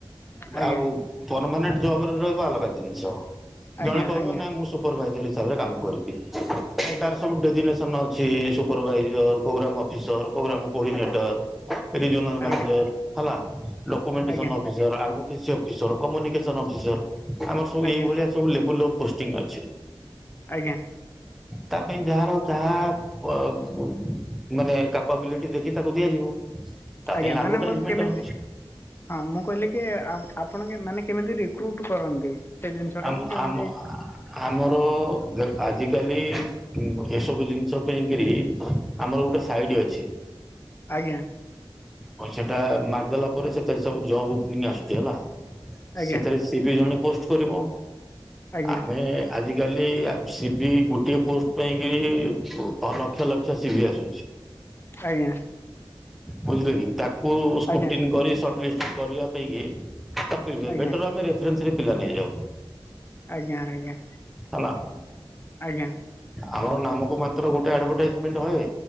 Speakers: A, on the left; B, in the centre.
A: ଆଜ୍ଞା
B: ଆଉ ପରମାନେଣ୍ଟ୍ ଜବ୍ ରେ ରହିବା ଅଲଗା ଜିନିଷ
A: ଆଜ୍ଞା
B: ଜଣେ କହିବ
A: ଆଜ୍ଞା
B: ନାଇଁ ମୁଁ ସ ସୁପରଭାଇଜର ହିସାବରେ କାମ କରିବି
A: ଆଜ୍ଞା
B: ତାର ସବୁ ଡେଜିନେସ୍ ତନ ଅଛି supervisor, programme office programme coordinator regional ମ୍ୟାନେଜର
A: ଆଜ୍ଞା
B: ହେଲା ଲୋକ ମେଣ୍ଟିସନ୍
A: ଆଜ୍ଞା
B: officer advocacy officer, communication officer ଆମର ସବୁ
A: ଆଜ୍ଞା
B: ଏଇଭଳିଆ ସବୁ ଲେବୁଲ୍ ର ପୋଷ୍ଟିଙ୍ଗ୍ ଅଛି।
A: ଆଜ୍ଞା।
B: ତା ପାଇଁ ଯାହାର ଯାହା ଅ- ମାନେ କ୍ୟାପାବିଲି ଟି ଦେଖି ତାକୁ ଦିଆଯିବ। ତା
A: ଆଜ୍ଞା
B: ପାଇଁ ଆଡଭର୍ଟାଇଜମେଣ୍ଟ
A: ମାନେ ମୁଁ କେମିତି
B: ହଉଛି
A: ହଁ ମୁଁ କହିଲି କିଏ ଆ-ଆପଣ କେ- ମାନେ କେମିତି ରିକ୍ରୁଟ୍ କରନ୍ତି ସେ ଜିନିଷଟାକୁ
B: ଆମ
A: କେମିତି
B: ଆମ ଆମର ଦେ- ଆଜିକାଲି ଉଁ -ଏସବୁ ଜିନିଷ ପାଇଁ କିରି ଆମର ଗୋଟେ ସାଇଡି ଅଛି।
A: ଆଜ୍ଞା।
B: ପଇସା ଟା ମାରି ଦେଲା ପରେ ସେଥିରେ ସବୁ ଜବ୍ ଉପନିଙ୍ଗ୍ ଆସୁଚି ହେଲା
A: ଆଜ୍ଞା
B: ସେଥିରେ ସେ ତିବି ଜଣେ ପୋଷ୍ଟ୍ କରିବ
A: ଆଜ୍ଞା
B: ଆମେ ଆଜିକାଲି ଆ-ସିିବି ଗୋଟିଏ ପୋଷ୍ଟ୍ ପାଇଁକି ଲକ୍ଷ ଲକ୍ଷ ସିବି ଆସୁଚି।
A: ଆଜ୍ଞା।
B: ବୁଝିଲେ କି ତାକୁ ସ୍କୁଟିନ୍
A: ଆଜ୍ଞା
B: କରି ସଟ୍ଲିଷ୍ଟ୍ କରିବା ପାଇଁକି ତକଲିଫ୍
A: ଆଜ୍ଞା
B: ବେଟର୍ ଆମେ ରେଫରେନ୍ସ ରେ ପିଲା ନେଇଯାଉ।
A: ଆଜ୍ଞା ଆଜ୍ଞା
B: ହେଲା।
A: -ଆଜ୍ଞା।
B: ଆମର ନାମକୁ ମାତ୍ର ଗୋଟେ ଆଡଭାଟାଇଜମେଣ୍ଟ ହଏ